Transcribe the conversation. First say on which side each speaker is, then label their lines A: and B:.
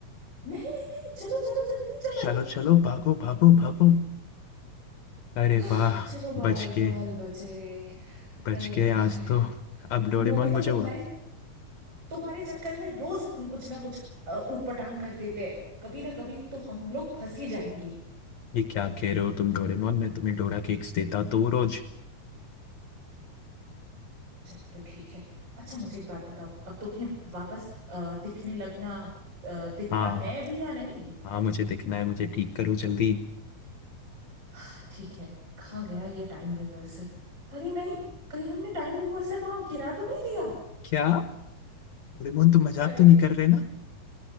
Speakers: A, on the right; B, on the left.
A: नहीं नहीं नहीं चलो चलो जल्दी चलो
B: चलो चलो भागो भागो भागो अरे
A: आह,
B: वाह
A: चलो बाल
B: बच गए
A: बाल बचे
B: बच
A: अरे
B: गए
A: यार
B: आज तो अब डोरेमोन
A: नोबिता
B: मुझे
A: तुम्हारे
B: हुआ
A: तुम्हारे चक्कर में रोज हम कुछ ना कुछ अ, ऊटपटांग कर देते हैं कभी ना कभी तो हम लोग फंस ही जाएंगे
B: ये क्या कह रहे हो तुम डोरेमोन मैं तुम्हें डोरा केक्स देता तो रोज
A: चलो ठीक है अच्छा मुझे एक बात बताओ अब तुम्हें वापस अ, दिखने लगना अ, दिखना
B: हाँ
A: है अभी या नहीं
B: हाँ मुझे दिखना है मुझे ठीक करो जल्दी
A: हाँ, ठीक है कहाँ गया ये टाइम रिवर्सर अरे नहीं कहीं हमने टाइम रिवर्सर वहां गिरा तो नहीं दिया
B: क्या डोरेमोन तुम मजाक
A: अरे
B: तो नहीं कर रहे ना